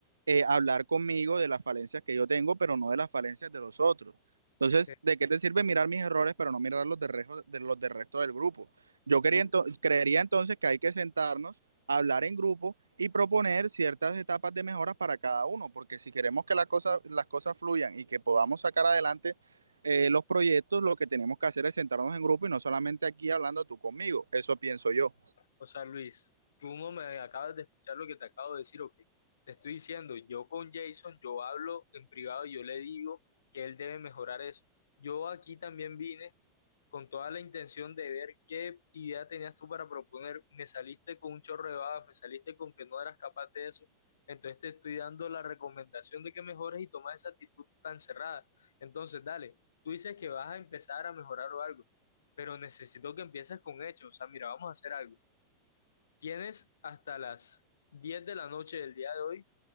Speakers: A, on the right (about 75°); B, on the left (about 65°).
A: eh, hablar conmigo de las falencias que yo tengo, pero no de las falencias de los otros. Entonces,
B: Eh,
A: ¿de qué te sirve mirar mis errores, pero no mirar los de, rejo- de los del resto del grupo? Yo quería
B: Tú,
A: ento- creería entonces que hay que sentarnos, hablar en grupo y proponer ciertas etapas de mejoras para cada uno, porque si queremos que la cosa- las cosas fluyan y que podamos sacar adelante eh, los proyectos, lo que tenemos que hacer es sentarnos en grupo y no solamente aquí hablando tú conmigo. Eso pienso yo.
B: o sea, Luis, tú no me acabas de escuchar lo que te acabo de decir o qué. Te estoy diciendo, yo con Jason, yo hablo en privado y yo le digo que él debe mejorar eso. Yo aquí también vine con toda la intención de ver qué idea tenías tú para proponer. Me saliste con un chorro de babas, me saliste con que no eras capaz de eso. Entonces te estoy dando la recomendación de que mejores y tomas esa actitud tan cerrada. Entonces, dale, tú dices que vas a empezar a mejorar o algo, pero necesito que empieces con hechos. O sea, mira, vamos a hacer algo. Tienes hasta las 10 de la noche del día de hoy